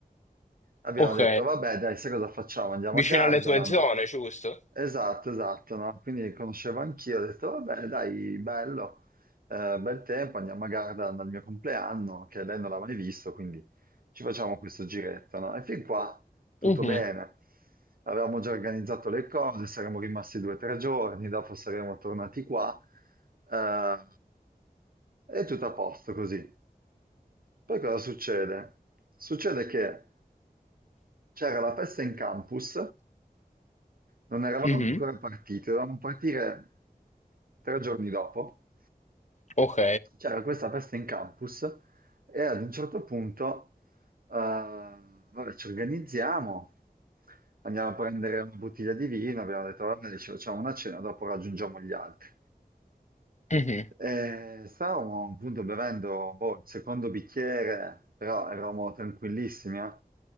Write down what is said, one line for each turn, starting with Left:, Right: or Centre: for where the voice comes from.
Right: Abbiamo
Left: Ok.
Right: detto, vabbè, dai, sai cosa facciamo? Andiamo
Left: Vicino
Right: a Gardaland.
Left: alle tue zone, giusto?
Right: Esatto, esatto, no? Quindi conoscevo anch'io, ho detto, vabbè, dai, bello, eh, bel tempo, andiamo a Gardaland al mio compleanno, che lei non l'ha mai visto, quindi ci facciamo questo giretto, no? E fin qua tutto
Left: Mhm,
Right: bene. Avevamo già organizzato le cose, saremmo rimasti due o tre giorni, dopo saremmo tornati qua, eh, e tutto a posto così. Poi cosa succede? Succede che c'era la festa in campus, non eravamo
Left: mhm,
Right: ancora partiti, dovevamo partire tre giorni dopo.
Left: Ok.
Right: C'era questa festa in campus e ad un certo punto, eh, vabbè, ci organizziamo, andiamo a prendere una bottiglia di vino, abbiamo detto, vabbè, ci facciamo una cena, dopo raggiungiamo gli altri.
Left: Mhm.
Right: Eh, stavamo appunto bevendo boh, il secondo bicchiere, però eravamo tranquillissimi. eh.